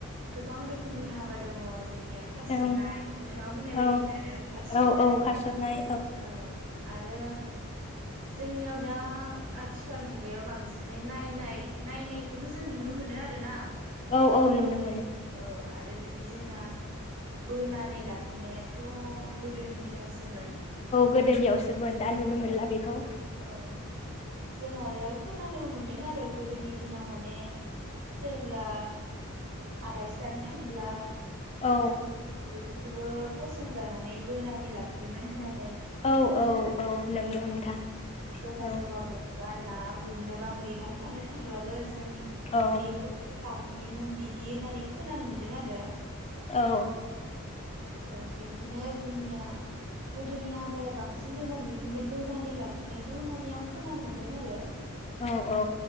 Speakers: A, on the right; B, on the left.
A: गोबां रोखोमनि हाबा दङ। जोंनिया खारसन्नाय
B: औ
A: नोंथाङा बुंनाय
B: औ
A: बायदिनो आरो खारसन्नाय।
B: औ औ खारसननाय
A: औ आरो जोंनियाव दा आथिखाल मुगायाव बांसिनै नायनाय नायनायखौनो जों नुनो मोनो आरोना?
B: औ औ नुनो मोन
A: औ आरो बिब बिजोंना बोनानै लाखिनायाव थ गोदोनि दिनावसोमोन।
B: गोदोनियावसो सोमोन दा नुनो मोनला
A: औ
B: बेखौ
A: औ जों आरो खोनानोबो मोनदों आरो गोदोनि दिनाव माने सोरब्ला आलासि जानो थां ब्ला
B: औ
A: बेफोरखौबो फसन जानानै बोनानै लाखियोमोन होनना
B: औ औ औ नंगौ नोंथां।
A: ज'मा
B: औ
A: ज'मा महाबा ना गुरनो बा मैगं खानो थांब्लाबो जों
B: औ
A: बेखौबो लाखियोमोन बि दि होननानै खोनानो मोन्दों आरो।
B: औ
A: ओ बिब्दिनो जोंनिया गोदोनि हाबाया बांसिन जोंना बिब्दिनो बोनानै लाखिनाय खौ होननानै आं खोनानो मोन्दों आरो।
B: औ औ